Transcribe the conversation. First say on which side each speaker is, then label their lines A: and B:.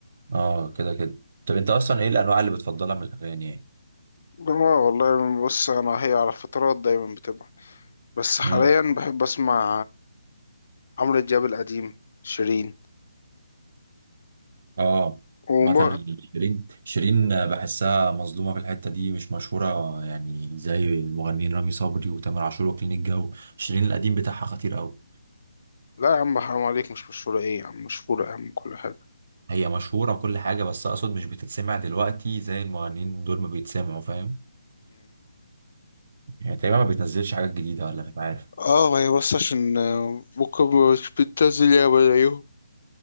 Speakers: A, on the right; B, on the left.
A: آه كده كده طب أنت أصلا إيه الأنواع اللي بتفضلها من الأغاني يعني؟
B: اه والله بص انا هي على فترات دايما بتبقى بس حاليا
A: امم
B: بحب اسمع عمرو دياب القديم شيرين
A: اه
B: وب...
A: مثلا فاهم شيرين شيرين بحسها مظلومه في الحته دي مش مشهوره يعني زي المغنيين رامي صبري وتامر عاشور وكلين الجو شيرين القديم بتاعها خطير قوي
B: لا يا عم حرام عليك مش مشهورة ايه يا عم مشهورة يا عم كل حاجة
A: هي مشهوره وكل حاجه بس اقصد مش بتتسمع دلوقتي زي المغنيين دول ما بيتسمعوا فاهم يعني تقريبا ما بتنزلش حاجات جديده ولا مش عارف
B: اه هي بس عشان آه، ممكن مش بتنزل ياما زيهم